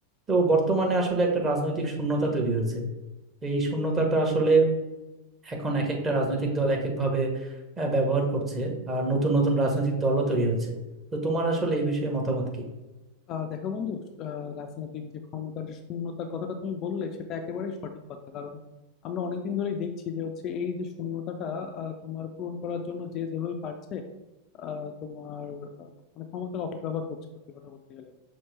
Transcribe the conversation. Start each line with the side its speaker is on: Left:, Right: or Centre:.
Right: তো বর্তমানে আসলে একটা রাজনৈতিক শূন্যতা তৈরি হয়েছে তো এই শূন্যতাটা আসলে এখন এক একটা রাজনৈতিক দল এক একভাবে আহ, ব্যবহার করছে আর নতুন নতুন রাজনৈতিক দলও তৈরি হচ্ছে তো তোমার আসলে এই বিষয়ে মতামত কি
Left: আহ দেখো বন্ধু আহ রাজনৈতিক যে ক্ষমতার যে শূন্যতার কথাটা তুমি বললে সেটা একেবারেই সঠিক কথা কারণ আমরা অনেকদিন ধরেই দেখছি যে হচ্ছে এই যে শূন্যতাটা আহ, তোমার পূরণ করার জন্য যে যেভাবে পারছে আহ, তোমার আহ, মানে ক্ষমতার অপব্যবহার করছে সত্যি কথা বলতে গেলে